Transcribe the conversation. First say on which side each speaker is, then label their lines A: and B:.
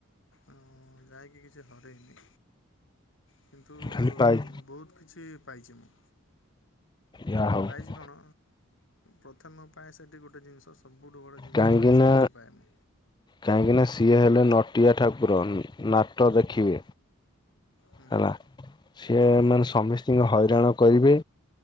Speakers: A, on the left; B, on the left.
A: ଉଁ ଯାଇକି କିଛି ହରେଇନି। କିନ୍ତୁ
B: ଖାଲି ପାଇ
A: ବୋହୁତ କିଛି ପାଇଚି ମୁଁ।
B: ଯାହା ହଉ
A: ପାଇଚି କଣ ପ୍ରଥମେ ମୋ ପାଇଁ ସେଠି ଗୋଟେ ଜିନିଷ ସବୁଠୁ ବଡ଼ ଜିନିଷ
B: କାହିଁକିନା
A: ଯେଉଁଟାକି ଶାନ୍ତି ପାଏ ମୁଁ
B: କାହିଁକିନା ସିଏ ହେଲେ ନଟିଆ ଠାକୁର ନାଟ ଦେଖିବେ
A: ହୁଁ
B: ହେଲା।
A: ହୁଁ
B: ସିଏ ମାନେ ସମସ୍ତିକି ହଇରାଣ କରିବେ।